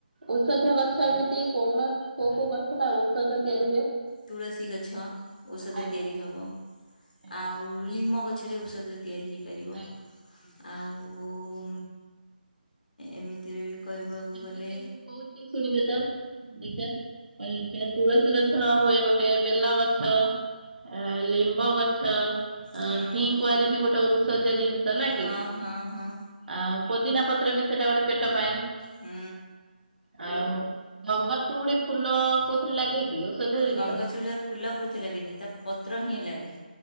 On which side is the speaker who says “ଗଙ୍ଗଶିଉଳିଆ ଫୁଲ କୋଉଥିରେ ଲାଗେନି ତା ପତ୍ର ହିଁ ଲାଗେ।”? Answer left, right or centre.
Left